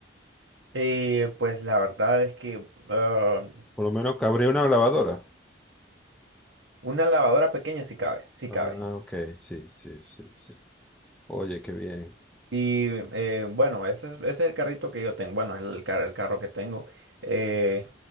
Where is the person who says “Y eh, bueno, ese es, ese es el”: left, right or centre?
Right